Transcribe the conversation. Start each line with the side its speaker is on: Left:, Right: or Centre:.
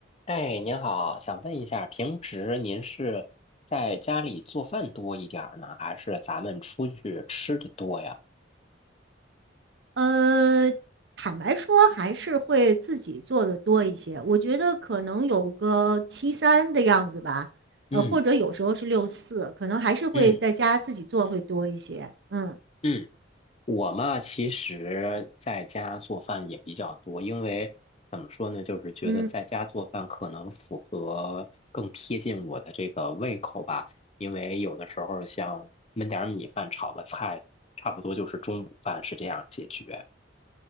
Left: 哎，您好，想问一下，平时您是在家里做饭多一点儿呢，还是咱们出去吃的多呀？
Right: 呃，坦白说，还是会自己做的多一些。我觉得可能有个七三的样子吧，
Left: 嗯
Right: 呃，或者有时候是六四，可能还是会在家自己做会多一些。
Left: 嗯
Right: 嗯
Left: 嗯，我嘛，其实在家做饭也比较多，因为怎么说呢，就是觉得在家做饭可能符合更贴近我的这个胃口吧，
Right: 嗯，
Left: 因为有的时候像焖点儿米饭、炒个菜，差不多就是中午饭是这样解决。